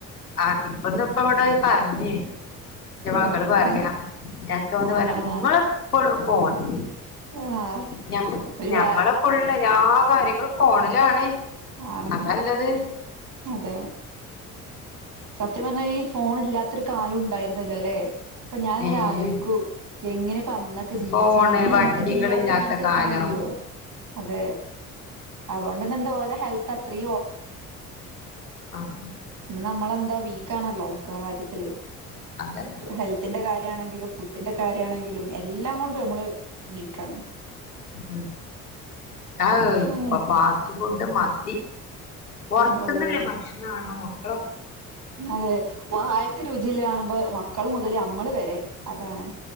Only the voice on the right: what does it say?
ആഹ്
ആഹ്
ആഹ്
ഒരു
വ
ആണ്
അതെ സത്യംപറഞ്ഞ ഈ ഫോൺ ഇല്ലാത്തരു കാലം ഉണ്ടായിരുന്നല്ലോ അല്ലെ അപ്പൊ ഞാനിങ്ങനെ
ആലോചിക്കും എങ്ങനെപ്പന്ന ജീവിച്ചേ
ഇന്ന്
നമക്ക് ഇത് ഇല്ലാതൊരു മീൻറ്റ്ക്കാൻ
കഴിയോ അതെ അതുകൊണ്ട്ന്നെ എന്താ ഓ ലെ ഹെൽത്ത് അത്രെ
ഇന്ന് നമ്മളെന്താ വീക്കാണല്ലോ നമുക്ക് ആഹ് കാര്യത്തില്
ഹെൽത്തിന്റെ കാര്യമാണെങ്കിലും ഫുഡിന്റെ കാര്യമാണെങ്കിലും എല്ലാം കൊണ്ട് നമ്മള് വീക്കാണ്
ഉം
ഓഹ്
അതെ വായക്ക് രുചിള്ള കാണുമ്പോ മക്കള് മുതലേ നമ്മള് വരെ അതാണ്